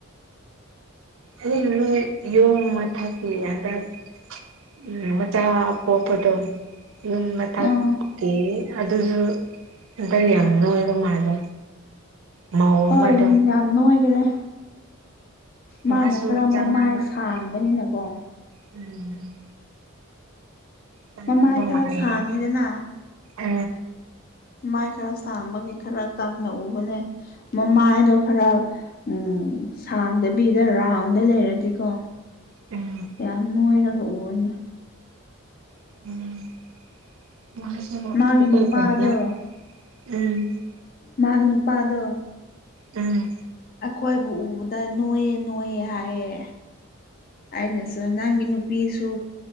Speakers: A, on the right (about 65°); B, on the left (about 40°).
A: ꯎꯝ ꯅꯣꯏ ꯌꯨꯝ ꯃꯊꯛꯀꯤ ꯍꯟꯗꯛ ꯎꯝ ꯃꯆꯥ ꯄꯣꯛꯄꯗꯣ ꯌꯨꯝ ꯃꯊꯛꯀꯤ
B: ꯑꯥ
A: ꯑꯗꯨꯁꯨ ꯍꯟꯗꯛ ꯌꯥꯝ ꯅꯣꯏꯕ ꯃꯥꯜꯂꯦ ꯃꯧ
B: ꯍꯣꯏ
A: ꯑꯃꯗꯣ
B: ꯌꯥꯝ ꯔꯥꯝ ꯅꯣꯏꯈꯔꯦ
A: ꯃꯥꯁꯨ
B: ꯃꯥꯅ ꯈꯔ
A: ꯆꯥꯟꯅꯕꯅꯦ
B: ꯃꯃꯥꯏ ꯁꯥꯡꯕꯅꯤꯅꯀꯣ
A: ꯎꯝ <unintelligible>
B: ꯃꯃꯥꯏ ꯈꯔ
A: ꯃꯥꯂꯤꯕ
B: ꯁꯥꯡꯉꯤꯗꯅ
A: ꯑ
B: ꯃꯥꯏ ꯈꯔ ꯁꯥꯡꯕꯒꯤ ꯈꯔ ꯀꯪꯅ ꯎꯕꯅꯦ ꯃꯃꯥꯏꯗꯣ ꯈꯔ ꯎꯝ ꯁꯥꯡꯗꯕꯤꯗ ꯔꯥꯎꯟꯗ ꯂꯩꯔꯗꯤꯀꯣ
A: ꯎꯝ
B: ꯌꯥꯝ ꯅꯣꯏꯔꯒ ꯎꯔꯅꯦ
A: ꯎꯝ ꯃꯥꯄ
B: ꯃꯥꯒꯤ ꯅꯨꯄꯥꯗꯣ
A: ꯎꯝ
B: ꯃꯒꯤ ꯅꯨꯄꯥꯗꯣ
A: ꯎꯝ
B: ꯑꯩꯈꯣꯏꯕꯨ ꯎꯕꯗ ꯅꯣꯏꯌꯦ ꯅꯣꯏꯌꯦ ꯍꯥꯏꯌꯦ ꯑꯩꯅꯁꯨ ꯅꯪꯒꯤ ꯅꯨꯄꯤꯁꯨ